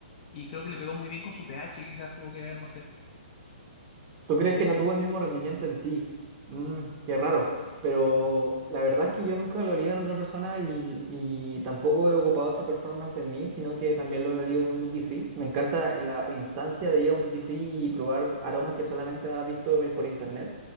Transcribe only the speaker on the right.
¿Tú crees que no tuvo el mismo rendimiento en ti? Mm, qué raro. Pero la verdad es que yo nunca lo he leído en otra persona y, y tampoco he ocupado ese performance en mí, sino que también lo he leído en un duty free. Me encanta la instancia de ir a un duty free y probar aromas que solamente has visto por internet.